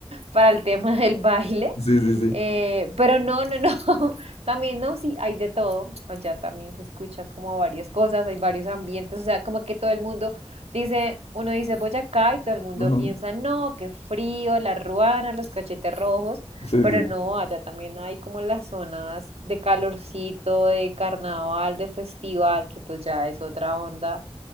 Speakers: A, on the right; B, on the left.
A: para el tema del baile.
B: Sí, sí, sí.
A: eh, pero no, no, no. <laughs> También no, sí, hay de todo. Allá también se escuchan como varias cosas, hay varios ambientes. O sea, como que todo el mundo dice, uno dice Boyacá y todo el mundo
B: Ujú.
A: piensa, no, qué frío, la ruana, los cachetes rojos.
B: Sí, sí,
A: Pero
B: sí.
A: no, allá también hay como las zonas de calorcito, de carnaval, de festival, que pues ya es otra onda,